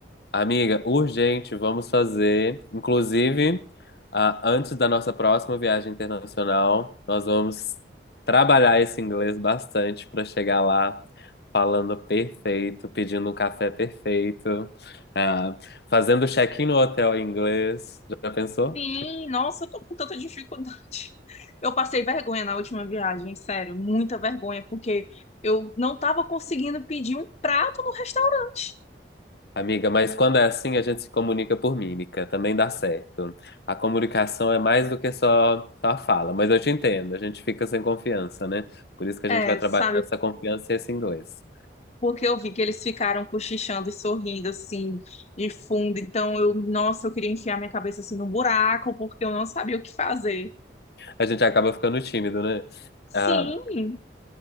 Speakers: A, on the left (about 65°); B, on the left (about 35°).
A: Amiga, urgente, vamos fazer. Inclusive, ah, antes da nossa próxima viagem internacional, nós vamos trabalhar esse inglês bastante para chegar lá falando perfeito, pedindo um café perfeito, ah, fazendo check-in no hotel em inglês. Já pensou?
B: Sim, nossa, eu tô com tanta dificuldade. <laughs> Eu passei vergonha na última viagem, sério, muita vergonha, porque eu não tava conseguindo pedir um prato no restaurante.
A: Amiga, mas quando é assim, a gente se comunica por mímica, também dá certo. A comunicação é mais do que só, só a fala, mas eu te entendo, a gente fica sem confiança, né? Por isso que a
B: É,
A: gente vai trabalhar
B: sabe,
A: essa confiança e esse inglês.
B: porque eu vi que eles ficaram cochichando e sorrindo assim, de fundo, então eu, nossa, eu queria enfiar minha cabeça assim no buraco, porque eu não sabia o que fazer.
A: A gente acaba ficando tímido, né? Ah,
B: Sim,